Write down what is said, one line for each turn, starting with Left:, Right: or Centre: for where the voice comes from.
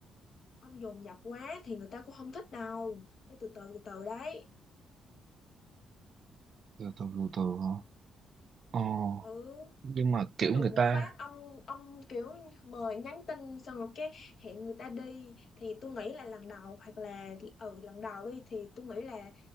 Left: ông dồn dập quá thì người ta cũng không thích đâu. Phải từ từ từ từ đấy.
Right: từ từ từ từ hả? Ờ,
Left: Ừ.
Right: nhưng mà
Left: chứ
Right: kiểu
Left: đùng
Right: người
Left: một
Right: ta
Left: phát ông ông kiểu mời nhắn tin xong rồi cái hẹn người ta đi thì tôi nghĩ là lần đầu hoặc là ừ lần đầu đi thì tôi nghĩ là